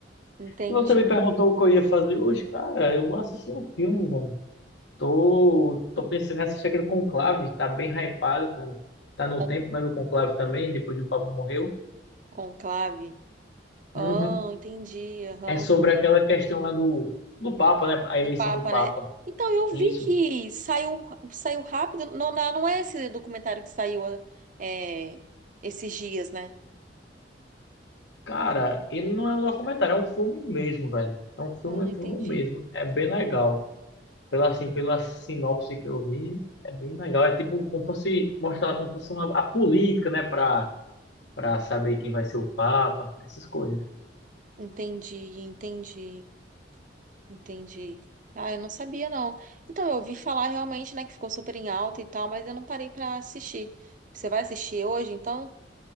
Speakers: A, on the right; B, on the left.
A: entendi.
B: E você me perguntou o que eu ia fazer hoje, cara, eu vou assistir um filme, velho. Tô, tô pensando em assistir aquele Conclave, tá bem hypado, cara. Tá no
A: Con
B: tempo, né, do Conclave também, depois que o Papa morreu.
A: conclave. Ah,
B: Uhum.
A: entendi. Aham.
B: É sobre aquela questão lá do, do Papa, né, a
A: Do
B: eleição
A: Papa,
B: do Papa.
A: né? Então, eu
B: Isso.
A: vi que saiu, saiu rápido. Não, não, não é esse documentário que saiu é, esses dias, né?
B: Cara, ele não é um documentário, é um filme mesmo, velho. É um filme,
A: Ah,
B: um
A: entendi.
B: filme mesmo. É bem legal. Pela, assim, pela sinopse que eu vi, é bem legal. É tipo como fosse mostrar como fosse uma, a política, né? Pra, pra saber quem vai ser o Papa, essas coisas.
A: Entendi, entendi. Entendi. Ah, eu não sabia, não. Então, eu ouvi falar realmente, né, que ficou super em alta e tal, mas eu não parei pra assistir. Você vai assistir hoje, então?